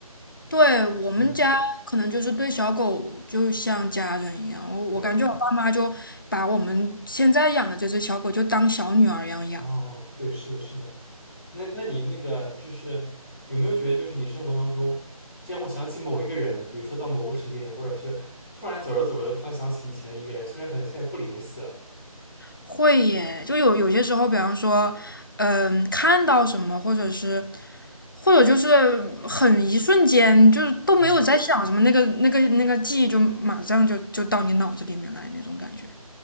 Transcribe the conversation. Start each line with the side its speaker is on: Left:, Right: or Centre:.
Left: 对，我们家可能就是对小狗就像家人一样，
Centre: 嗯，
Left: 我我感觉我爸妈就把我们现在养的这只小狗就当小女儿一样养。
Centre: 对，哦哦，对，是的，是的。那那你那个就是有没有觉得，就是你生活当中竟然会想起某一个人，比如说到某个时间点，或者是突然走着走着，突然想起以前的一个人，虽然可能现在不联系了，
Left: 会耶，就有有些时候，比方说，嗯，看到什么，或者是，或者就是很一瞬间，就是都没有在想什么，
Centre: 嗯，
Left: 那个那个那个记忆就马上就就到你脑子里面来那种感觉，